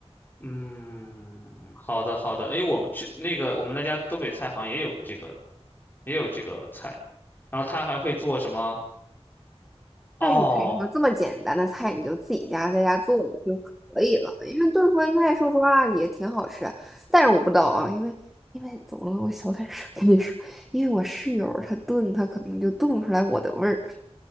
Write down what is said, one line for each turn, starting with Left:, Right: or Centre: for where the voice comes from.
Left: 嗯，好的好的。诶，我们去那个我们那家东北菜好像也有这个也有这个菜，然后他还会做什么？
Centre: 但是我跟你说，
Left: 哦
Centre: 这么简单的菜你就自己家在家做了就可以了，因为炖酸菜说实话也挺好吃，但是我不知道啊，因为因为怎么了？我小点声跟你说，因为我室友她炖，她可能就炖不出来我的味儿。